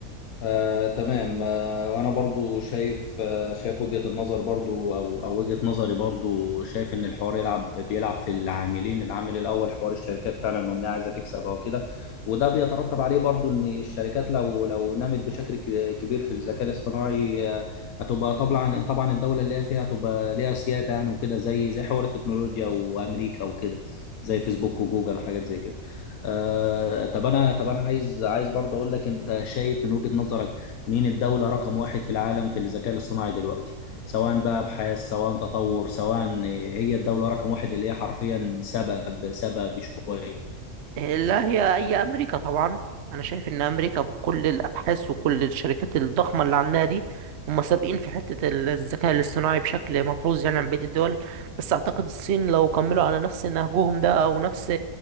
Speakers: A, on the left (about 75°); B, on the right (about 60°).
A: آه، تمام آه، وانا برضو شايف آه، شايف وجهة النظر برضو او او وجهة نظري برضو شايف ان الحوار يلعب بيلعب في العاملين العامل الاول حوار الشركات فعلا وانها عايزه تكسب او كده وده بيترتب عليه برضو ان الشركات لو لو نمت بشكل ك- كبير في الذكاء الاصطناعي آه، هتبقى طبعا طبعا الدولة اللي هي فيها هتبقى ليها سيادة يعني وكده زي زي حوار التكنولوجيا وامريكا وكده زي فيسبوك وجوجل وحاجات زي كده آه، طب انا طب انا عايز عايز برضه اقول لك انت شايف من وجهة نظرك مين الدولة رقم واحد في العالم في الذكاء الاصطناعي دلوقتي سواء بقى ابحاث سواء تطور سواء هي الدولة رقم واحد اللي هي حرفيا سبب سبب شوية
B: لا هي اي امريكا طبعا انا شايف ان امريكا بكل الابحاث وكل الشركات الضخمه اللي عندها دي هم سابقين في حته ال- الذكاء الاصطناعي بشكل ملحوظ يعني عن بقيه الدول بس اعتقد الصين لو كملوا على نفس نهجهم ده او نفس